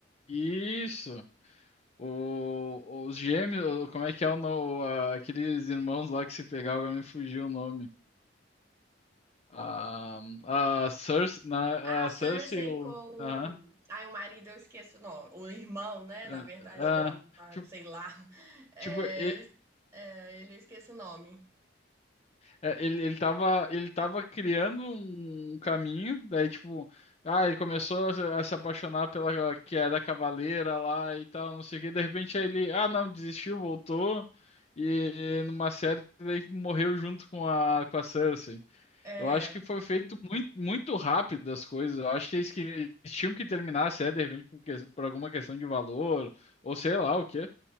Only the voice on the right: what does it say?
Ah,
Cersei
com o.
Ai, o marido, eu esqueço. Não, o irmão, né?
Na verdade,
que é na...
sei lá. É,
eu... es- é, ele eu esqueço o nome.
É...